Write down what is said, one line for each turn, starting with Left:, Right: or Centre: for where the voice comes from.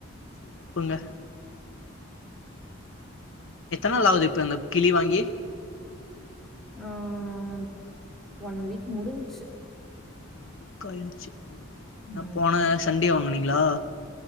Left: தப்புங்க எத்தனை நாள் ஆகுது இப்ப இந்த கிளி வாங்கி
Centre: ஆஹ ஒன் வீக் முடிஞ்சச்சு
Left: ஒன் வீக் ஆகிடுச்சா
Centre: ம்.
Left: போன சண்டே வாங்கினேன் நல்லா இருக்கீங்களா